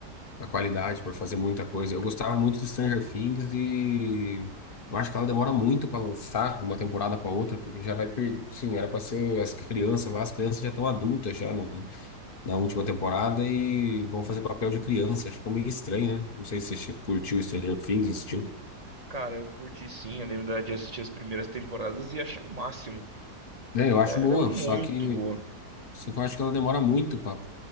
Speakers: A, on the left; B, on the right.
A: a qualidade por fazer muita coisa. Eu gostava muito de Stranger Things e eu acho que ela demora muito para lançar uma temporada para outra, porque já vai perder. Sim, era para ser as crianças lá, as crianças já estão adultas já no- na última temporada e vão fazer papel de criança. Acho que é meio estranho, né? Não sei se você che- curtiu Stranger Things, assistiu.
B: Cara, eu curti sim, eu lembro da- de assistir as primeiras temporadas e achei o máximo.
A: É, eu
B: Era
A: acho boa,
B: muito
A: só que
B: boa.
A: Só que eu acho que ela demora muito para